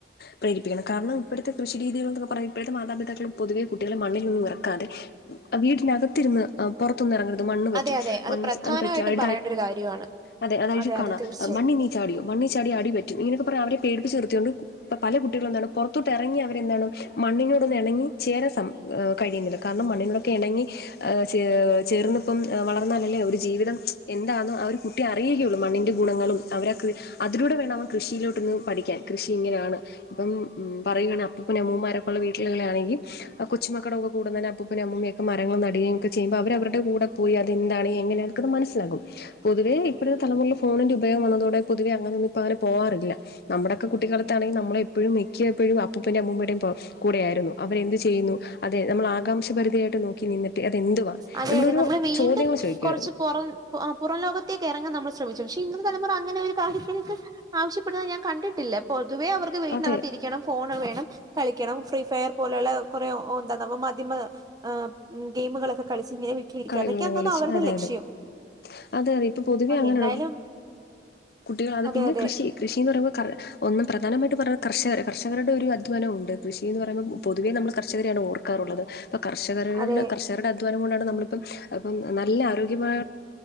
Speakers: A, on the left; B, on the right.
A: പ്രേരിപ്പിക്കണംകാരണം ഇപ്പോഴത്തെ കൃഷി രീതികൾ എന്നൊക്കെ പറയാ ഇപ്പോഴത്തെ മാതാപിതാക്കൾക്കും പൊതുവ കുട്ടികളെ മണ്ണിലൊന്നും ഇറക്കാതെ വീടിനകത്തിരുന്ന് പുറത്തൊന്നും ഇറങ്ങരുത് മണ്ണ് പറ്റും
B: അതെ അതെ
A: മണ്ണ്
B: പ്രധാനമായിട്ടും
A: അത് പറ്റും അഴ
B: പറയേണ്ട ഒരു കാര്യമാണ്.
A: അതെ അതായത് കാണ
B: അതെ തീർച്ചയായും.
A: മ ചാടിയോ മണ്ണ് ചാടി അടി പറ്റും എന്നൊക്കെ പറയാ അവരെ പേടിപ്പിച്ച നിർത്തിയൊണ്ട് ഇപ്പ പല കുട്ടികളും എന്താണ് പുറത്തോട്ട് ഇറങ്ങി അവരെന്താണ് മണ്ണിനോട്ഒന്ന് ഇണങ്ങി ചേര കഴിയുന്നില്ല കാരണം മണ്ണിനോടക്കെ ഇണങ്ങി ഏഹ് ച ചേർന്ന ഇപ്പം വളർന്നാലല്ലേ ഒരു ജീവിതം എന്താണ് അവർ കുട്ടി അറിയുകയുള്ളൂ മണ്ണിൻ്റെ ഗുണങ്ങളും അവരൊക്കെ അതിലൂടെ വേണം അവൻ കൃഷിയിലോട്ടൊന്ന് പഠിക്കാൻ കൃഷി ഇങ്ങനെയാണ് ഇപ്പം ഉം പറയാണെിൽ അപ്പൂപ്പനും അമ്മൂമാരൊക്കെയള്ള വീട്ടിലുകളൊണെങ്കിൽ ആ കൊച്ചുമക്കളൊക്കെ കൂടുന്ന അപ്പൂപ്പനും അമ്മുമ്മയുംക്കെ മരങ്ങൾ നടുകയക്കെ ചെയ്യുമ്പ അവര് അവരുടെ കൂടെ പോയി അത് എന്താണ് എങ്ങനെയാണ് ക്കെ മനസ്സിലകും പൊതുവെ ഇപ്പോഴത്തെ തലമുറ ഫോണിന്റെ ഉയോഗം വന്നതോടെ പൊതുവെ അങ്ങനെ ഇപ്പ അങ്ങനെ പോകാറില്ല നമ്മുടെക്കെ കുട്ടിക്കാലത്താണെങ്കിൽ നമ്മള എപ്പോഴും മിക്കപ്പോഴും അപ്പൂപ്പന്റെ അമ്മയുടെയും കൂടെയായിരുന്നു അവർ എന്ത് ചെയ്യുന്നു അതെ നമ്മള് ആകാം പരിധിയായിട്ട് നോക്കി നിന്നിട്ട് അതെന്തുവാ
B: അതെ
A: നമ്മളൊ
B: അതെ
A: ഒരു
B: നമ്മള് വീണ്ടും
A: ചോദ്യമോ ചോദിക്കുമായിരുന്നു.
B: കുറച്ച് പുറം പുറം ലോകത്തേക്ക് ഇറങ്ങാ നമ്മൾ ശ്രമിച്ചു പക്ഷേ ഇന്നത്തെ തലുറ അങ്ങനെ ഒരു കാര്യത്ത്ക്ക് ആവശ്യപ്പെടുന്നത് ഞാൻ കണ്ടിട്ടില്ല പൊതുവേ അവർക്ക് വീടിനകത്ത്
A: അതെ
B: രിക്കണം ഫോൺ വേണം കളിക്കണം ഫ്രീ ഫയർ പോലുള്ള കുറേ എന്താ മാധ്യമ ആ ഗെയിമുകളൊക്കെ കളിച്ച് ഇങ്ങനെ വീട്ടിലിരിക്കുക
A: കളികളെല്ലാം
B: അതൊക്കെയാന്ന്
A: കളിച്ച്
B: തോന്നുന്നു അവരുടെ
A: അതെ
B: ലക്ഷ്യം.
A: അതെ അതെ അതെ ഇപ്പൊ പൊതുവെ
B: ആഹ്
A: അങ്ങനെയാണ്
B: എന്തായാലും
A: കുട്ടികൾ അത്
B: അതെ
A: പിന്നെ
B: അതെ
A: കൃഷി കൃഷിന്ന് പറയുമ്പോൾ ഒന്നും പ്രധാനമായിട്ട് പറഞ്ഞ കർഷക കർഷകരുടെ ഒരു അധ്വാനം ഉണ്ട് കൃഷി എന്ന് പറുമ്പോ പൊതുവേ നമ്മ കർഷരെയാണ് ഓർക്ക. ഇപ്പ കർഷകരുടെ
B: അതെ
A: കർഷകരുടെ അധ്വാനം കൊണ്ടാണ് നമ്മളിപ്പം ഇപ്പ നല്ല ആരോഗ്യമായ